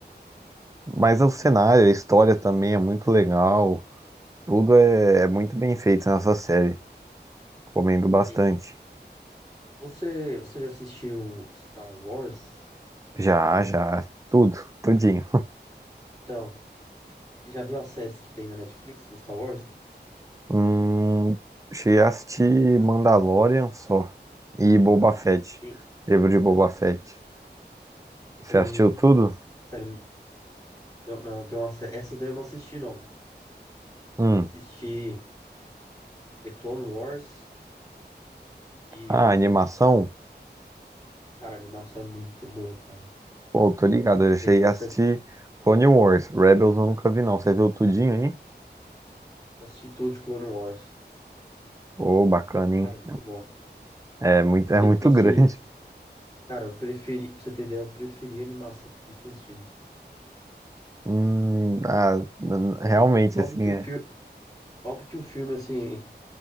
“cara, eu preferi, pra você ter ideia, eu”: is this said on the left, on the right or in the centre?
Left